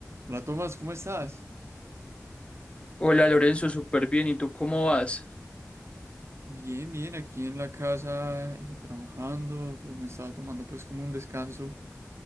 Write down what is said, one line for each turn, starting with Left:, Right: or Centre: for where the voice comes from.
Right: Hola Tomás, ¿cómo estás?
Left: Hola Lorenzo, súper bien. ¿Y tú cómo vas?
Right: Bien, bien, aquí en la casa eh, trabajando, pues me estaba tomando pues como un descanso